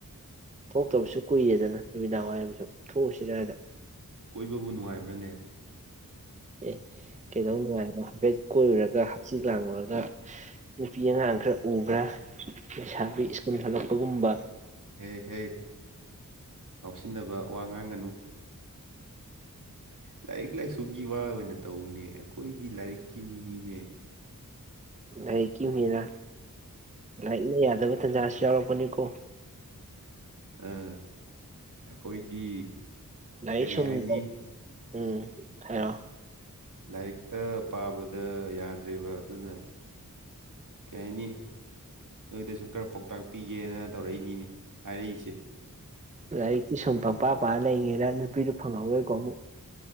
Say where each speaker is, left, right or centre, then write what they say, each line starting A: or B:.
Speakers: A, on the right; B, on the right.
A: ꯊꯣꯛꯇꯕꯁꯨ ꯀꯨꯏꯔꯦꯗꯅ ꯅꯨꯃꯤꯗꯥꯡ ꯋꯥꯏꯔꯝ ꯁꯨꯝ ꯊꯣꯛꯎꯁꯤꯔꯗ
B: ꯀꯣꯏꯕꯕꯨ ꯅꯨꯡꯉꯥꯏꯕ꯭ꯔꯥꯅꯦ
A: ꯑꯦ ꯀꯩꯗꯧ ꯅꯨꯡꯉꯥꯏꯔꯣꯏꯅꯣ ꯍꯥꯏꯐꯦꯠ ꯀꯣꯏꯔꯨꯔꯒ ꯍꯛꯆꯤ ꯂꯥꯡꯉꯨꯔꯒ ꯅꯨꯄꯤ ꯑꯉꯥꯡ ꯈꯔ ꯎꯕ꯭ꯔꯥ ꯂꯩꯁꯥꯕꯤ ꯁ꯭ꯀꯨꯜ ꯍꯜꯂꯛꯄꯒꯨꯝꯕ
B: ꯍꯦ ꯍꯦ ꯉꯥꯎꯁꯤꯟꯅꯕ ꯋꯥ ꯉꯥꯡꯒꯅꯨ ꯂꯥꯏꯔꯤꯛ ꯂꯥꯏꯁꯨꯒꯤ ꯋꯥ ꯑꯣꯏꯅ ꯇꯧꯅꯦ ꯑꯩꯈꯣꯏꯗꯤ ꯂꯥꯏꯔꯤꯛꯀꯤ ꯃꯤꯅꯤꯅꯦ
A: ꯂꯥꯏꯔꯤꯛꯀꯤ ꯃꯤꯔ ꯂꯥꯏꯔꯤꯛꯅ ꯌꯥꯗꯕ ꯇꯟꯖꯥꯁꯨ ꯌꯥꯎꯔꯛꯄꯅꯤꯀꯣ
B: ꯑꯥ ꯑꯩꯈꯣꯏꯗꯤ
A: ꯂꯥꯏꯔꯤꯛ
B: ꯀꯔꯤ
A: ꯁꯨꯝ
B: ꯍꯥꯏꯅꯤ
A: ꯎꯝ ꯍꯥꯏꯌꯣ
B: ꯂꯥꯏꯔꯤꯛꯇ ꯄꯥꯕꯗ ꯌꯥꯗ꯭ꯔꯦꯕ ꯑꯗꯨꯅ ꯀꯩꯍꯥꯏꯅꯤ ꯅꯣꯏꯗꯁꯨ ꯈꯔ ꯄꯥꯎꯇꯥꯛ ꯄꯤꯒꯦꯅ ꯇꯧꯔꯛꯏꯅꯤꯅꯦ ꯍꯥꯏꯔꯛꯏꯁꯦ
A: ꯂꯥꯏꯔꯤꯛꯇꯤ ꯁꯨꯝ ꯄꯥꯝ ꯄꯥꯪꯄꯥ ꯄꯥ ꯂꯩꯔꯤꯉꯩꯗ ꯅꯨꯄꯤꯗꯨ ꯐꯪꯍꯧꯔꯣꯏꯀꯣ ꯑꯃꯨꯛ